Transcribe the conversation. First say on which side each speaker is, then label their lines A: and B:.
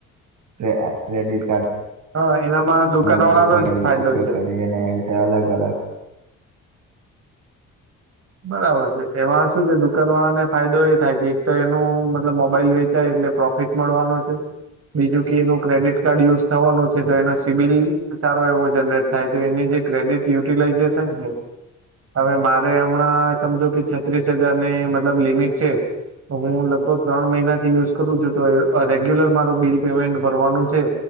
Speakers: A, on the right (about 75°); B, on the right (about 50°).
A: કે ક્રેડિટ કાર્ડ
B: હ એનામાં દુકાન
A: નો ઉપયોગ
B: વાળાનો
A: કરી
B: જ ફાયદો
A: ઉપયોગ
B: છે
A: કરી અને એવી રીતે અલગ-અલગ
B: બરાબર છે, એમાં શું છે દુકા કાન વાળા ને ફાયદો એ થાય કે એક તો એનું મતલબ મોબાઈલ વેચાય એટલે પ્રોફિટ મળવાનો છે. બીજું કે એનું ક્રેડિટ કાર્ડ યુઝ થવાનું છે, તો એનો સિબિલ સારો એવો જનરેટ થાય તો એની જે ક્રેડિટ યુટિલાઈઝેશન છે હવે મારે હમણાં સમજો કે છત્રીસ હજાર ની મતલબ લિમિટ છે. તો હું લગભગ ત્રણ મહિના થી યુઝ કરું છું તો રેગ્યુલર માર બિલ પેમેન્ટ ભરવાનું છે.